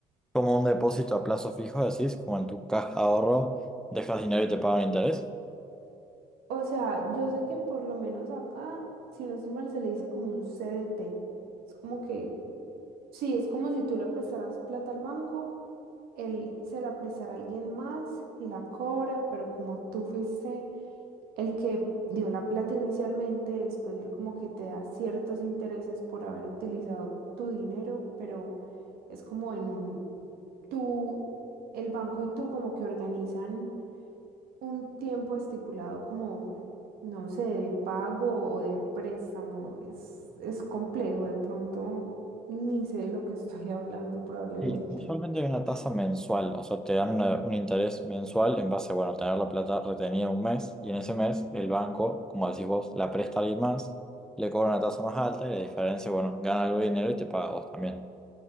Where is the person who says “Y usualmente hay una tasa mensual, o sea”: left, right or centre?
Centre